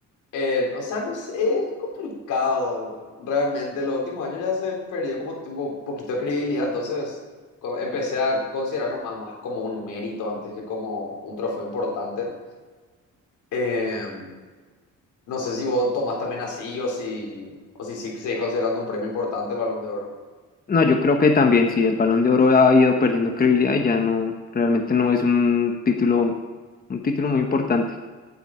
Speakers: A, on the left; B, on the left.
A: Eh, o sea, no sé, es complicado. Realmente, los últimos años ya se perdió como tiempo, un poquito de credibilidad, entonces co- empecé a considerarlo más, más como un mérito antes que como un trofeo importante. Eh, no sé si vos tomás también así o si, o si sí seguís considerando un premio importante el Balón de Oro.
B: No, yo creo que también, sí, el Balón de Oro ha ido perdiendo credibilidad y ya no, realmente no es un título, un título muy importante.